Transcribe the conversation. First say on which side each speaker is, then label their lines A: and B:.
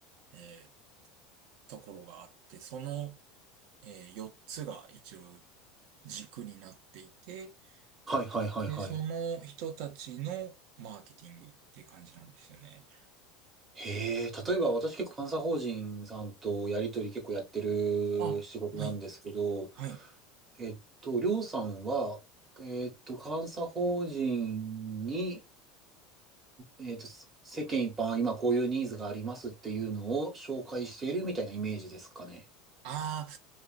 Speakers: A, on the right; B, on the right.
A: えーところがあって、その、えー4つが一応軸になっていて、
B: はいはいはいはい。
A: で、その人たちのマーケティングっていう感じなんですよね。
B: へえ、例えば私結構監査法人さんとやり取り結構やってる仕事なんですけど、
A: あ、はい、はい。
B: えっと、りょうさんは、えっと、監査法人に、えっと、世間一般、今こういうニーズがありますっていうのを紹介しているみたいなイメージですかね。
A: ああ、